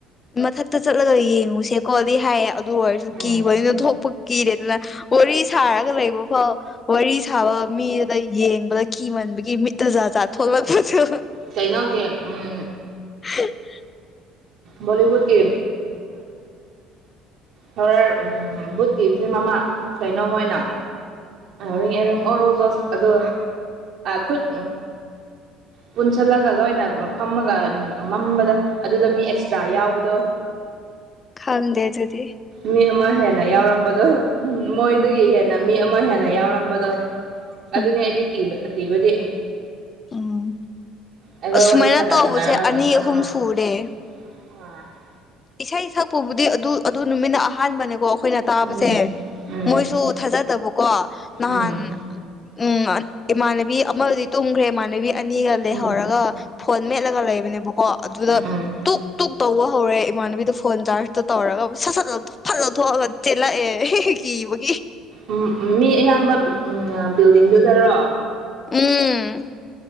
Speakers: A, on the left; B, on the right.
A: ꯃꯊꯛꯇ ꯆꯠꯂꯒ ꯌꯦꯡꯉꯨꯁꯦꯀꯣꯗꯤ ꯍꯥꯏꯌꯦ ꯑꯗꯨ ꯑꯣꯏꯔꯁꯨ
B: ꯎꯝ
A: ꯀꯤꯕꯅꯤꯅ ꯊꯣꯛꯄ ꯀꯤꯔꯦ ꯑꯗꯨꯅ ꯋꯥꯔꯤ ꯁꯥꯔꯒ ꯂꯩꯕ ꯐꯥꯎ ꯋꯥꯔꯤ ꯁꯥꯕ ꯃꯤꯗꯨꯗ ꯌꯦꯡꯕꯗ ꯀꯤꯃꯟꯕꯒꯤ ꯃꯤꯠꯇ ꯖꯥꯖꯥꯠ ꯊꯣꯛꯂꯛꯄꯁꯨ
B: ꯀꯩꯅꯣꯒꯤ ꯎꯝ
A: <unintelligible>
B: ꯕꯣꯂꯤꯋꯨꯗ ꯀꯤ ꯊꯔ ꯕꯨꯠꯀꯤ ꯐꯤꯝ ꯑꯃ ꯀꯩꯅꯣ ꯃꯣꯏꯅ ꯔꯤ ꯑꯦꯔꯤꯡ ꯑꯣ ꯔꯣꯖꯣꯁ ꯑꯗꯣ ꯈꯨꯠ ꯄꯨꯟꯁꯤꯜꯂꯒ ꯂꯣꯏꯅ ꯐꯝꯃꯒ ꯃꯝꯕꯗ ꯑꯗꯨꯗ ꯃꯤ ꯑꯦꯛꯁꯇ꯭ꯔꯥ ꯌꯥꯎꯕꯗꯣ
A: ꯈꯪꯗꯦ ꯑꯗꯨꯗꯤ
B: ꯃꯤ ꯑꯃ ꯍꯦꯟꯅ ꯌꯥꯎꯔꯝꯕꯗꯣ ꯃꯣꯏꯗꯒꯤ
A: ꯎꯝ
B: ꯍꯦꯟꯅ ꯃꯤ ꯑꯃ ꯍꯦꯟꯅ ꯌꯥꯎꯔꯝꯕꯗꯣ
A: ꯎꯝ
B: ꯑꯗꯨꯅꯤ ꯑꯩꯗꯤ ꯀꯤꯕ ꯀꯤꯕꯗꯤ
A: ꯎꯝ
B: ꯑꯩꯈꯣꯏ
A: ꯑꯁꯨꯃꯥꯏꯅ
B: ꯋꯥꯔꯤ ꯁꯥꯟꯅ
A: ꯇꯧꯕꯁꯦ
B: ꯁꯥꯟꯅꯔꯒ ꯅꯝꯇ
A: ꯑꯅꯤ ꯑꯍꯨꯝ ꯁꯨꯔꯦ
B: <unintelligible>
A: ꯏꯁꯩ ꯁꯛꯄꯨꯕꯨꯗꯤ ꯑꯗꯨ ꯑꯗꯨ ꯅꯨꯃꯤꯠꯅ ꯑꯍꯥꯟꯕꯅꯦꯀꯣ ꯑꯩꯈꯣꯏꯅ ꯇꯥꯕꯁꯦ
B: ꯎꯝ ꯎꯝ
A: ꯃꯣꯏꯁꯨ ꯊꯥꯖꯗꯕꯀꯣ ꯅꯍꯥꯟ
B: ꯎꯝ
A: ꯎꯝ ꯏꯃꯥꯟꯅꯕꯤ ꯑꯃꯗꯤꯗꯤ ꯇꯨꯝꯈ꯭ꯔꯦ ꯏꯃꯥꯟꯅꯕꯤ ꯑꯅꯤꯒ ꯂꯩꯍꯧꯔꯒ
B: ꯎꯝ
A: ꯐꯣꯟ ꯃꯦꯠꯂꯒ ꯂꯩꯕꯅꯦꯕꯀꯣ ꯑꯗꯨꯗ
B: ꯎꯝ ꯎꯝ
A: ꯇꯨꯛ ꯇꯨꯛ ꯇꯧꯕ ꯍꯧꯔꯦ ꯏꯃꯥꯟꯅꯕꯤꯗ ꯐꯣꯟ ꯆꯥꯔꯖꯇꯣ ꯇꯧꯔꯒ ꯁꯠ ꯁꯠ ꯐꯠꯂꯊ ꯊꯣꯛꯑꯒ ꯆꯦꯜꯂꯛꯑꯦ ꯀꯤꯕꯒꯤ
B: ꯎꯝ ꯃꯤ ꯑꯌꯥꯝꯕ ꯎꯝ ꯕꯤꯜꯗꯤꯡꯗꯨꯗꯔꯣ
A: ꯎꯝ